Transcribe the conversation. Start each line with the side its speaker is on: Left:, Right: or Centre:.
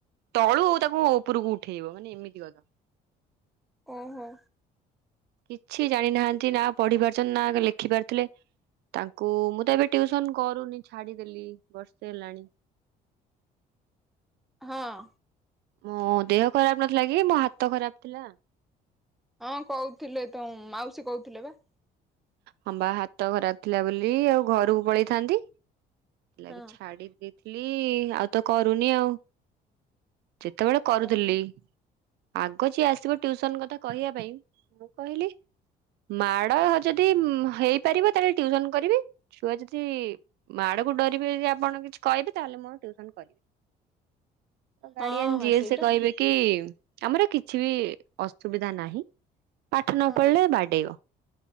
Right: ତଳୁ ତାକୁ ଉପରକୁ ଉଠେଇବ ମାନେ ଏମିତି ଗଧ।
Centre: ଓହୋ।
Right: କିଛି ଜାଣି ନାହାନ୍ତି। ନା ପଢ଼ିପାରୁଛନ୍ତି ନା ଲେଖିପାରୁଛନ୍ତି ତାଙ୍କୁ ମୁଁ ତ ଏବେ ଟ୍ଯୁସନ କରୁନି ଛାଡିଦେଲି ବର୍ଷେ ହେଲାଣି।
Centre: ହଁ
Right: ମୋ ଦେହ ଖରାପ ନଥିଲା କି ମୋ ହାତ ଖରାପ ଥିଲା।
Centre: ହଁ କହୁଥିଲେ ତ ମାଉସୀ କହୁଥିଲେ ବା
Right: ହଁ ବା ହାତ ଖରାପ ଥିଲା ବୋଲି ଆଉ ଘରକୁ ପଳେଇଥାନ୍ତି ଥିଲାଗି
Centre: ହଁ
Right: ଛାଡି ଦେଇଥିଲି ଆଉ ତ କରୁନି ଆଉ ଯେତେବେଳେ କରୁଥିଲି
Centre: ଓହୋ
Right: ଆଗ ଯିଏ ଆସିବ ଟିଉସନ କଥା କହିବା ପାଇଁ ମୁଁ କହିଲି ମାଡ ଯଦି ହେଇପାରିବ ତାହେଲେ ଟିଉସନ କରିବି ଛୁଆ ଯଦି ମାଡ଼ ଡରିବେ ଯଦି ଆପଣ କିଛି କହିବେ ତାହାଲେ ମୁ ଆଉ ଟ୍ୟୁସନ କରିବି ଗାଡିଆନ
Centre: ହଁ
Right: ଯିଏ
Centre: ହଁ ସେଇଟା
Right: ସେ କହିବେ କି ଆମର କିଛି ବି ଅସୁବିଧା ନାହିଁ ପାଠ ନ
Centre: ହଁ
Right: ପଢ଼ିଲେ ବାଡ଼େଇବ।